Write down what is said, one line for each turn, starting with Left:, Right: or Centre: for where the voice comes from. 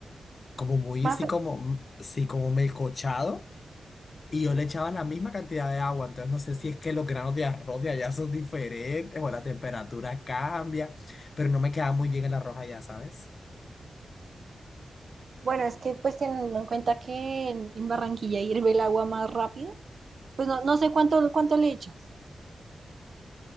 Left: como muy,
Right: Más,
Left: sí, como, sí, como melcochado. Y yo le echaba la misma cantidad de agua. Entonces no sé si es que los granos de arroz de allá son diferentes o la temperatura cambia, pero no me quedaba muy bien el arroz allá, ¿sabes?
Right: bueno, es que pues teniendo en cuenta que en en Barranquilla hierve el agua más rápido. Pues no, no sé cuánto, cuánto le echas.